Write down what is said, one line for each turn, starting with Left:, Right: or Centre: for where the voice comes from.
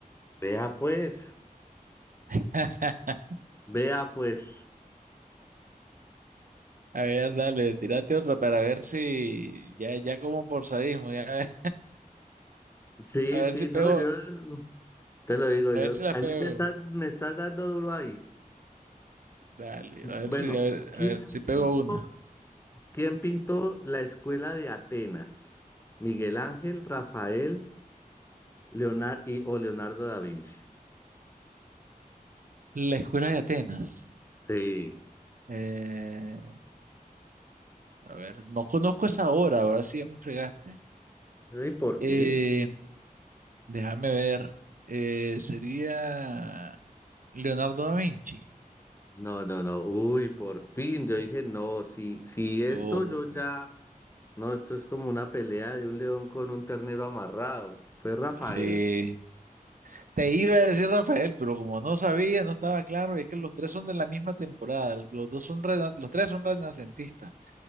Left: Vea pues,
Right: <laughs>
Left: vea pues.
Right: A ver, dale, tírate otra para ver si ya, ya como por sadismo, ya <laughs>
Left: Sí,
Right: a ver
Left: sí,
Right: si pego,
Left: no, yo te lo digo
Right: a
Left: yo.
Right: ver si la
Left: A
Right: pego.
Left: mí me estás, me estás dando duro ahí.
Right: Dale, a ver
Left: Bueno,
Right: si, a ver,
Left: ¿quién
Right: a ver si
Left: pintó,
Right: pego una.
Left: quién pintó la escuela de Atenas? ¿Miguel Ángel, Rafael, Leonardo y, o Leonardo da Vinci?
Right: La escuela de Atenas.
Left: Sí.
Right: Eh, a ver, no conozco esa obra, ahora sí ya me fregaste.
Left: ¿Y por
Right: Eh,
Left: fin?
Right: déjame ver. eh, sería Leonardo da Vinci.
Left: No, no, no. Uy, por fin. Yo dije, no, si, si esto
Right: Oh,
Left: yo ya. No, esto es como una pelea de un león con un ternero amarrado. Fue Rafael.
Right: sí. Te iba a decir Rafael, pero como no sabía, no estaba claro, y es que los tres son de la misma temporada, los dos son rena- los tres son renacentistas.